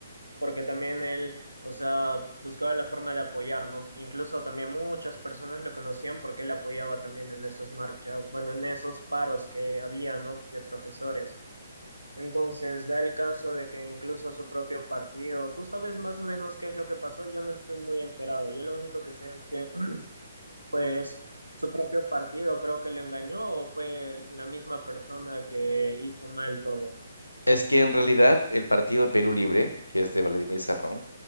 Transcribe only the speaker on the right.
porque también él, o sea, buscaba la forma de apoyar, ¿no? Incluso también muchas personas lo conocían porque él apoyaba también en esas marchas, bueno, en esos paros que había, ¿no? De profesores. Entonces, da el caso de que incluso su propio partido, tú sabes más o menos qué es lo que pasó, yo no estoy muy enterado, yo lo único que sé es que, <clears throat> pues, su propio partido creo que le engañó o fue la misma persona que hizo mal todo.